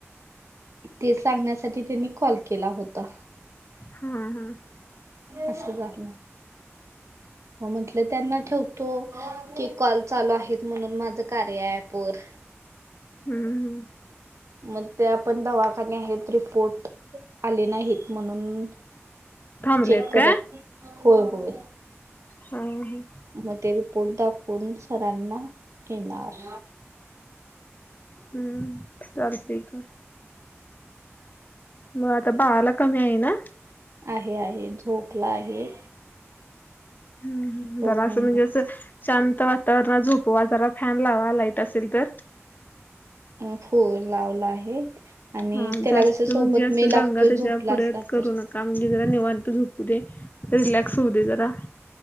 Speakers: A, on the right; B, on the left.
A: ते सांगण्यासाठी तिनी कॉल केला होता.
B: हा हा.
A: अश झाहल.
B: <unintelligible>
A: म म्हटलं त्यांना ठेवतो की कॉल चालू आहेत म्हणून माझं कार्या ऍप वर
B: हूं हम्म
A: मग त्या पण दवाखाने आहेत रिपोर्ट आले नाहीत म्हणून
B: थांबलेत
A: चेक
B: काय
A: करत होय होय.
B: हा हा
A: म ते रिपोर्ट दाखवून सरांना येणार.
B: हम्म चालतय कं म आता बाळाला कमी आहे ना.
A: आहे आहे झोपला आहे.
B: हम्म
A: बघू
B: जरा असं
A: मग
B: म्हणजे अस शांत वातावरणात झोपवा जरा फॅन लावा लाईट असेल तर
A: अ फोन लावला आहे. आणि
B: हा
A: त्याला
B: जास्त
A: कसं सोबत
B: म्हणजे असं
A: मी लागतोय
B: दंगा त्याच्या
A: झोपला
B: पुढ्यात
A: असला
B: करू
A: तर
B: नका म्हणजे जरा निवांत झोपू दे. रिलॅक्स होऊ दे जरा